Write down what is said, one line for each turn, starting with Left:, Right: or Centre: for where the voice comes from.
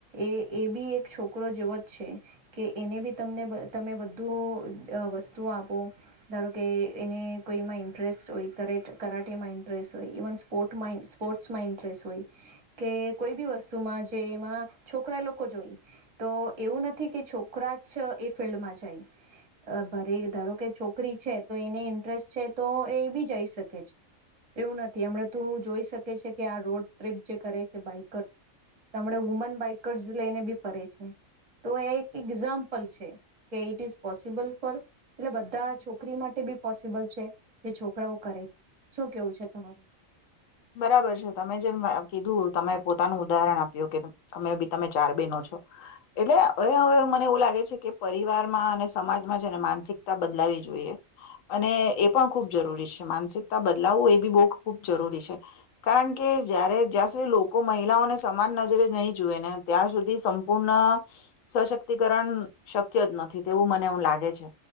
Right: એ એ બી એક છોકરો જેવો જ છે કે એને બી તમને તમે બધું વસ્તુ આપો ધારો કે એને કોઈમાં ઇન્ટરેસ્ટ હોય કરાટેમાં ઇન્ટરેસ્ટ હોય, ઇવન સ્પોર્ટમાં સ્પોર્ટ્સમાં ઇન્ટરેસ્ટ હોય કે કોઈ બી વસ્તુમાં જે એમાં છોકરા લોકો જોઈ તો એવું નથી કે છોકરા જ એ ફિલ્ડમાં જાય ભરે ધારો કે છોકરી છે તો એને ઇન્ટરેસ્ટ છે તો એ બી જઈ શ કે છે એવું નથી હમ તું જોઈ શકે છે કે આ રોડ ટ્રીપ જે કરે છે બાઈકર્સ તો હમ વુમન બાઈકર્સ લઈને બી ફરે છે તો એ એક એક્ઝામ્પલ છે કે ઇટ ઇઝ પોસિબલ ફોર એટલે બધા છોકરી માટે બી પોસિબલ છે જે છોકરાઓ કરે છે. શું કેવું છે તમારું?
Left: બરાબર છે તમે જેમ કીધું તમે પોતાનું ઉદાહરણ આપ્યું કે તમે બી તમે ચાર બહેનો છો એટલેવે હવે મને એવું લાગે છે કે પરિવારમાં અને સમાજમાં છેને માનસિકતા બદલાવી જોઈએ અને એ પણ ખૂબ જરૂરી છે માનસિકતા બદલાવું એ બી બહુ ખૂબ જરૂરી છે. કારણ કે જારે જ્યાં સુધી લોકો મહિલાઓને સમાન નજરે નહીં જુએ ને ત્યાં સુધી સંપૂર્ણ સશક્તિકરણ શક્ય જ નથી તેવું મને એું લાગે છે